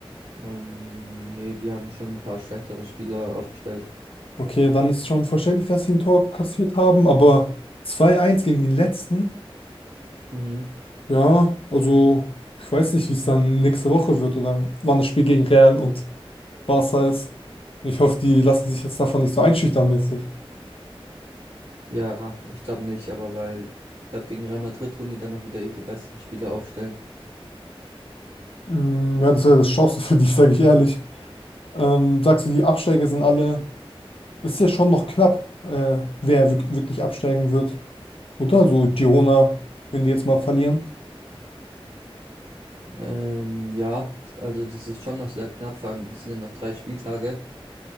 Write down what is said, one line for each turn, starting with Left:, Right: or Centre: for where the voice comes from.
Right: Ähm, nee, die haben schon ein paar schlechtere Spieler aufgestellt.
Left: Okay, dann ist schon verständlich, dass sie ein Tor kassiert haben, aber zwei eins gegen den letzten?
Right: Mhm.
Left: Ja, also, ich weiß nicht, wie es dann nächste Woche wird oder wann das Spiel gegen Real und Barca ist. Ich hoffe, die lassen sich jetzt davon nicht so einschüchtern mäßig.
Right: Ja, ich glaube nicht, aber weil, ich glaube, gegen Real Madrid tun die dann noch wieder ihre besten Spieler aufstellen.
Left: Mm, Ja, das wäre das Schlimmste für dich, sage ich ehrlich. Ähm, sagst du, die Absteiger sind alle. Das ist ja schon noch knapp, äh, wer wirk- wirklich absteigen wird, oder? So Girona, wenn die jetzt mal verlieren.
Right: Ähm, ja, also das ist schon noch sehr knapp, vor allem es sind ja noch drei Spieltage.